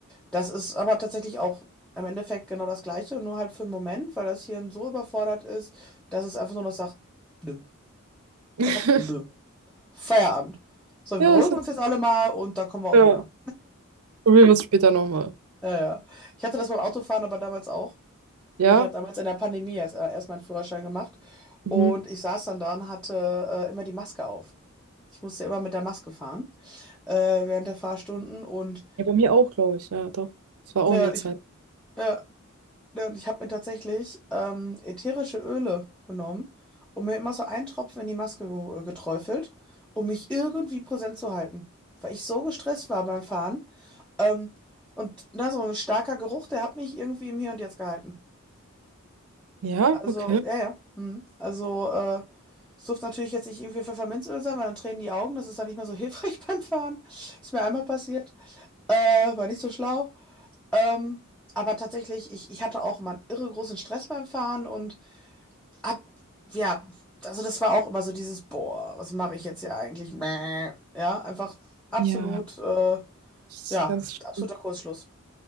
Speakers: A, in the centre; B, on the right.
A: das ist aber tatsächlich auch im Endeffekt genau das Gleiche, nur halt für einen Moment, weil das Hirn so überfordert ist, dass es einfach nur noch sagt, nö.
B: <laughs>
A: Einfach nö. Feierabend. So, wir
B: Ja,
A: beruhigen
B: das
A: uns jetzt alle mal und dann kommen wir auch
B: Ja,
A: wieder.
B: probieren wir es später nochmal.
A: Ja, ja. Ich hatte das beim Autofahren aber damals auch.
B: Ja?
A: Ich habe damals in der Pandemie erst, äh, erst meinen Führerschein gemacht
B: Mhm.
A: und ich saß dann da und hatte äh, immer die Maske auf. Ich musste ja immer mit der Maske fahren äh, während der Fahrstunden und,
B: Ja, bei mir auch, glaube ich. Ja, doch. Das war auch
A: ja,
B: in der
A: und ich,
B: Zeit.
A: ja, ja, und ich habe mir tatsächlich ähm, ätherische Öle genommen und mir immer so einen Tropfen in die Maske ge äh, geträufelt, um mich irgendwie präsent zu halten, weil ich so gestresst war beim Fahren. Ähm, und na, so ein starker Geruch, der hat mich irgendwie im Hier und Jetzt gehalten.
B: Ja,
A: Also,
B: okay.
A: ja, ja. Mhm. Also, äh, es durfte natürlich jetzt nicht irgendwie Pfefferminzöl sein, weil dann tränen die Augen. Das ist dann nicht mehr so hilfreich <laughs> beim Fahren. Ist mir einmal passiert. Äh, war nicht so schlau. Ähm, aber tatsächlich, ich, ich hatte auch immer einen irre großen Stress beim Fahren und hab, ja, also das war auch immer so dieses, boah, was mache ich jetzt hier eigentlich? Mäh. Ja, einfach absolut,
B: Ja,
A: äh,
B: das
A: ja,
B: ist ganz
A: absoluter
B: schön.
A: Kursschluss.